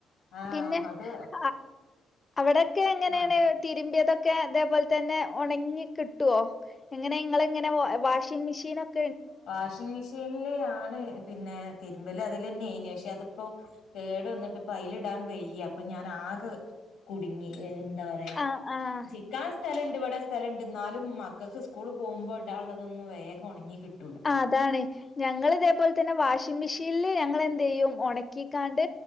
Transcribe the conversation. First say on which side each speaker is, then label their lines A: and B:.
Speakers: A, on the left; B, on the left.
A: ആഹ്
B: പിന്നെ
A: അത്
B: ആ- അവിടെക്കെ എങ്ങിനെണ്
A: ആ
B: തിരുമ്പിയതൊക് തൊക്കെ അതെ പോലെ തന്നെ ഒണങ്ങി- കിട്ടോ എങ്ങനെ ഇങ്ങള് ങ്ങനെ വാഷിമെഷിനൊക്-
A: വാഷിംഗ് മെഷീനിലെയാ- ഞാന് പിന്നെ തിരമ്പല് അതിലെന്നെയിരിന്ന് പ ക്ഷേഅത്പ്പോ കേട് വന്നിട്ട് അതില് ടാൻ വയ്യ ഞാനിപ്പോ ആകെ കുടുങ്ങി- ന്താപറയാ
B: ആഹ് ആഹ്
A: ചിക്കാ തലണ്ട് ഇവടെ സ്ഥലണ്ട് ന്നാലും മക്കക്ക് സ്കൂള് പോകുമ്പോ ഇട് ടാള്ളതൊന്നും വേഗം ഒണ്ങ്ങി കിട്ടൂ
B: ആതാണ് ഞങ്ങള് ഇതേപോലത്തന്നെ വാഷിങ് മിഷ് ഇല്ല് ഞങ്ങളെന്തേയ്യും ഒണക്കിക്കാണ്ട്